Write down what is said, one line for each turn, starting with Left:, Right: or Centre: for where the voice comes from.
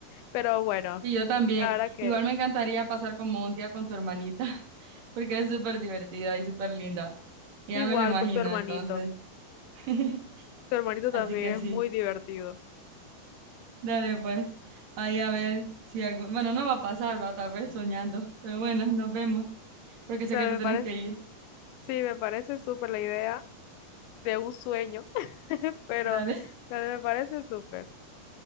Left: pero bueno,
Right: Y yo también.
Left: la verdad que
Right: Igual me encantaría pasar como un día con tu hermanita, <laughs> porque es súper divertida y súper linda. Ya
Left: igual
Right: me lo imagino,
Left: con tu hermanito.
Right: entonces. <laughs>
Left: Tu hermanito
Right: Así
Left: también
Right: que sí,
Left: es muy divertido. O
Right: dale pues. Ahí a ver si algo... Bueno, no va a pasar, va tal vez soñando, pero bueno, nos vemos, porque sé
Left: me
Right: que te tenés
Left: parece,
Right: que ir.
Left: sí, me parece súper la idea de un sueño, <laughs> pero,
Right: Dale, <laughs>
Left: pero me parece súper.